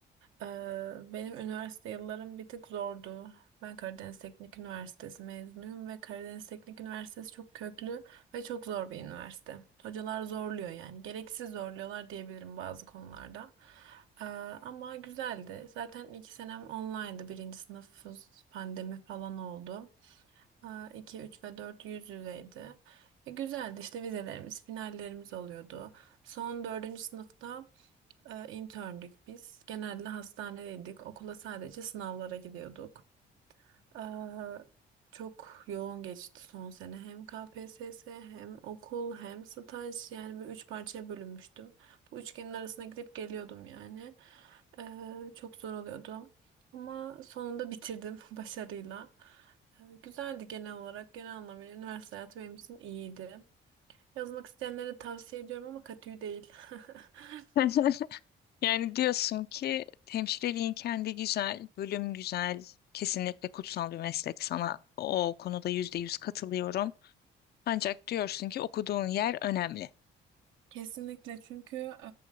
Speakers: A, on the right; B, on the left.
A: Ee, benim üniversite yıllarım bir tık zordu. Ben Karadeniz Teknik Üniversitesi mezunuyum ve Karadeniz Teknik Üniversitesi çok köklü ve çok zor bir üniversite. Hocalar zorluyor yani. Gereksiz zorluyorlar diyebilirim bazı konularda. Ee, ama güzeldi. Zaten iki senem online'dı. Birinci sınıf pandemi falan oldu. Ha, 2, 3 ve 4 yüz yüzeydi. E, güzeldi işte vizelerimiz, finallerimiz oluyordu. Son dördüncü sınıfta e, interndük biz. Genelde hastanedeydik. Okula sadece sınavlara gidiyorduk. Aa, çok yoğun geçti son sene. Hem KPSS hem okul hem staj yani böyle üç parçaya bölünmüştüm. Bu üçgenin arasına gidip geliyordum yani. Ee, çok zor oluyordu. Ama sonunda bitirdim <laughs> başarıyla. Ee, güzeldi genel olarak. Genel anlamıyla üniversite hayatı benim için iyiydi. Yazmak isteyenlere tavsiye ediyorum ama katü değil. <laughs>
B: <laughs> Yani diyorsun ki hemşireliğin kendi güzel, bölüm güzel, kesinlikle kutsal bir meslek. Sana o konuda yüzde yüz katılıyorum. Ancak diyorsun ki okuduğun yer önemli.
A: Kesinlikle çünkü e,